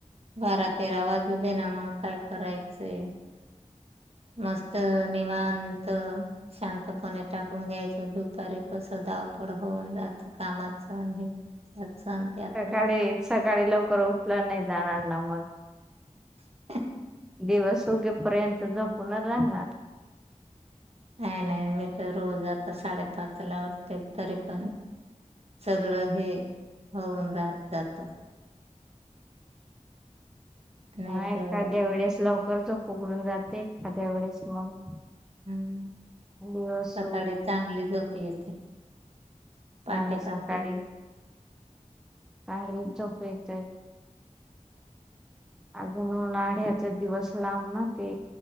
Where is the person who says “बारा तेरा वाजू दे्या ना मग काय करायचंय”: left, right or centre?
Right